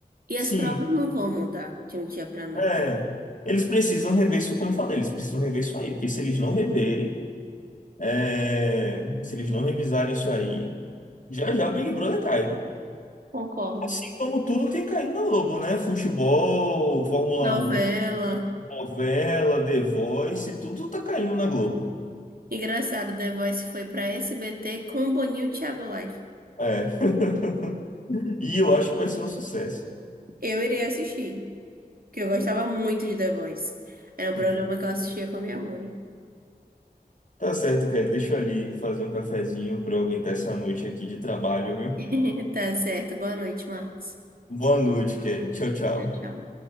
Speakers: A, on the right; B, on the left.
A: E
B: Sim.
A: as provas não vão mudar de um dia pra noite.
B: É, eles precisam rever isso, como eu falei, eles precisam rever isso aí, porque se eles não reverem, é, se eles não revisarem isso aí, já já o Big Brother cai, viu?
A: Concordo.
B: Assim como tudo tem caído na Globo, né? Futebol, Fórmula
A: Novela.
B: Um, novela, The Voice, tudo tá caindo na Globo.
A: Engraçado, The Voice foi pra SBT com Boninho e Thiago Life.
B: É, <laughs> e eu acho que vai ser um sucesso.
A: Eu irei assistir, porque eu gostava muito de The Voice. Era um programa
B: Sim.
A: que eu assistia com minha mãe.
B: Tá certo, Kelly, deixa eu ali fazer um cafezinho pra eu aguentar essa noite aqui de trabalho, viu?
A: <laughs> Tá certo. Boa noite, Marcos.
B: Boa noite, Kelly. Tchau, tchau.
A: Tchau, tchau.